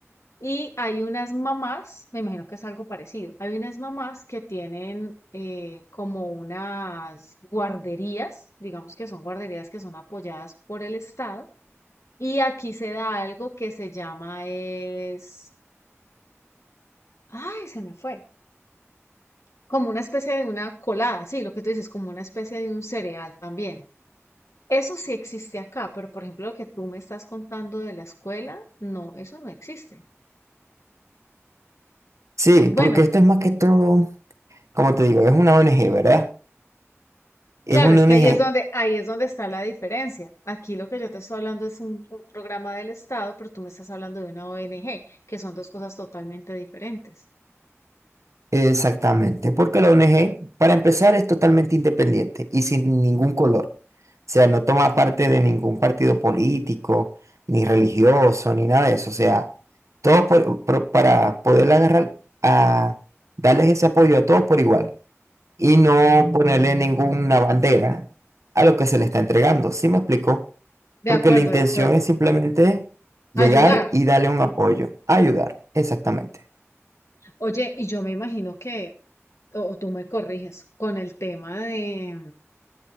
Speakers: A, on the left (about 70°); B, on the right (about 80°).
A: Y hay unas mamás, me imagino que es algo parecido, hay unas mamás que tienen eh, como unas guarderías, digamos que son guarderías que son apoyadas por el Estado. Y aquí se da algo que se llama es, ay, se me fue, como una especie de una colada, sí, lo que tú dices, como una especie de un cereal también. Eso sí existe acá, pero por ejemplo lo que tú me estás contando de la escuela, no, eso no existe.
B: Sí,
A: Bueno,
B: porque esto es más que todo, como te digo, es una ONG, ¿verdad? Es
A: claro,
B: una
A: es
B: ONG
A: que ahí es donde, ahí es donde está la diferencia. Aquí lo que yo te estoy hablando es un, un programa del Estado, pero tú me estás hablando de una ONG, que son dos cosas totalmente diferentes.
B: Exactamente, porque la ONG, para empezar, es totalmente independiente y sin ningún color. O sea, no toma parte de ningún partido político, ni religioso, ni nada de eso. O sea, todo por- por- para poder agarrar a darles ese apoyo a todos por igual y no ponerle ninguna bandera a lo que se le está entregando. ¿Sí me explico?
A: De
B: Porque
A: acuerdo,
B: la intención
A: de acuerdo.
B: es simplemente llegar
A: Ayudar.
B: y darle un
A: Mm.
B: apoyo, ayudar, exactamente.
A: Oye, y yo me imagino que, o o tú me corriges, con el tema de,